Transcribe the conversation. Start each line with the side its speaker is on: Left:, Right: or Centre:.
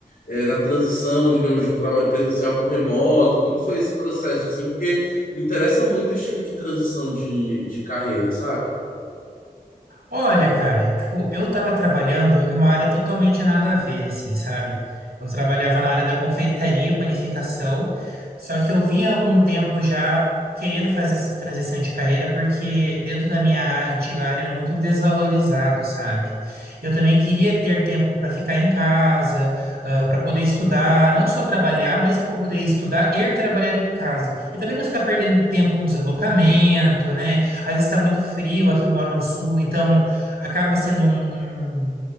Left: é, na transição, digamos, de um trabalho presencial para o remoto? Como foi esse processo, assim? Porque me interessa muito esse tipo de transição de, de carreira, sabe?
Right: Olha, cara, tipo, eu tava trabalhando em uma área totalmente nada a ver, assim, sabe? Eu trabalhava na área da confeitaria, panificação, só que eu vinha há algum tempo já querendo fazer essa transição de carreira, porque dentro da minha antiga área era muito desvalorizado, sabe? Eu também queria ter tempo para ficar em casa, para poder estudar, não só trabalhar, mas poder estudar e trabalhar em casa. E também não ficar perdendo tempo com deslocamento, né? Às vezes está muito frio, aqui eu moro no sul, então acaba sendo um, um,